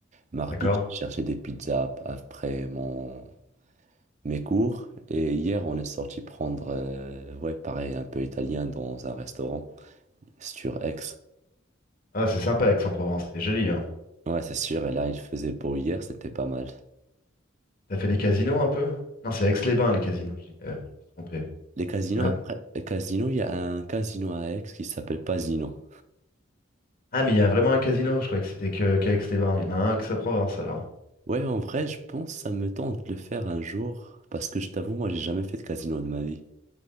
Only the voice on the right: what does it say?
Mardi,
j'ai cherché des pizzas ap- après mon mes cours, et hier, on est sorti prendre, euh, ouais, pareil, un peu italien dans un restaurant sur Aix.
Ouais, c'est sûr, et là, il faisait beau hier, c'était pas mal.
Les casinos,
après, les casinos, il y a un casino à Aix qui s'appelle Pasino.
Ouais, en vrai, je pense que ça me tente de le faire un jour, parce que je t'avoue, moi, j'ai jamais fait de casino de ma vie.